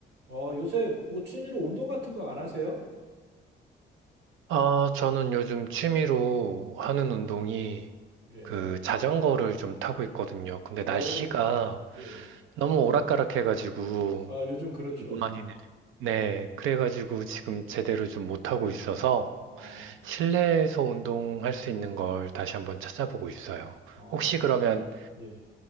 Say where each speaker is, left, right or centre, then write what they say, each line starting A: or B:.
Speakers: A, on the right; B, on the right.
A: 어, 요새 뭐 취미로 운동 같은 거 안 하세요?
B: 아, 저는 요즘 취미로 하는 운동이
A: 예.
B: 그 자전거를 좀 타고 있거든요. 근데
A: 오
B: 날씨가
A: 예.
B: 너무 오락가락해가지고,
A: 아, 요즘 그렇죠.
B: 이거 많이 내려. 네,
A: 예.
B: 그래가지고 지금 제대로 좀 못하고 있어서
A: 어,
B: 실내에서 운동할 수 있는 걸 다시 한번 찾아보고 있어요.
A: 어,
B: 혹시 그러면
A: 예, 예.